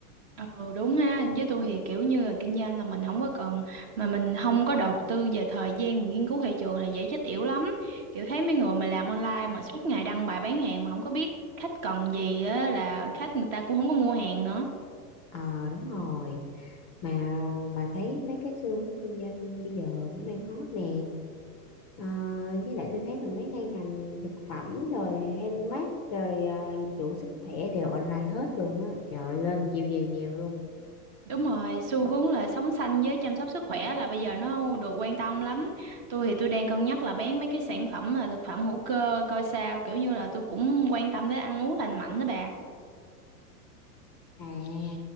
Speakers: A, on the right; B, on the left.
A: Ừ đúng ha, với tôi thì kiểu như là kinh doanh là mình không có cần mà mình không có đầu tư về thời gian mình nghiên cứu thị trường là dễ chết yểu lắm. Kiểu thấy mấy người mà làm online mà suốt ngày đăng bài bán hàng mà không có biết khách cần gì á là khách người ta cũng không có mua hàng nữa.
B: ờ đúng rồi mà bà thấy mấy cái xu hướng kinh doanh bây giờ cũng đang hot nè Ờ, với lại tôi thấy là mấy nay ngành thực phẩm rồi handmade rồi ờ, dịch vụ sức khỏe đều online hết luôn á trời ơi, lên nhiều nhiều nhiều luôn
A: Đúng rồi, xu hướng là sống xanh với chăm sóc sức khỏe là bây giờ nó được quan tâm lắm. Tôi thì tôi đang cân nhắc là bán mấy cái sản phẩm là thực phẩm hữu cơ coi sao, kiểu như là tôi cũng quan tâm tới ăn uống lành mạnh đó bà.
B: à